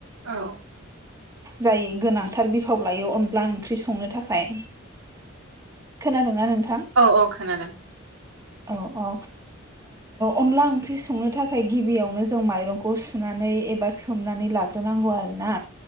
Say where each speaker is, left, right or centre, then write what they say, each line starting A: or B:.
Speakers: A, on the right; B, on the right.
A: औ
B: जाय गोनांथार बि गोथाव लायो अनला ओंख्रि संनो थाखाय खोनादोंना नों
A: औ औ खोनादों
B: औ औ अनला ओंख्रि संनो थाखाय गिबियावनो जों माइरंखौ सुनानै नानै एबा सोमनानै लाग्रोनांगौ आरोोना